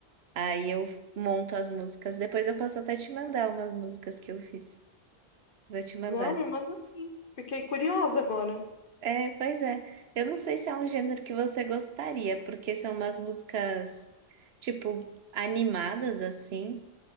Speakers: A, on the right (about 70°); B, on the left (about 55°).
A: Aí eu monto as músicas. Depois eu posso até te mandar umas músicas que eu fiz. Vou te mandar.
B: Não, me manda sim. Fiquei curiosa agora.
A: É, pois é. Eu não sei se é um gênero que você gostaria, porque são umas músicas, tipo, animadas assim,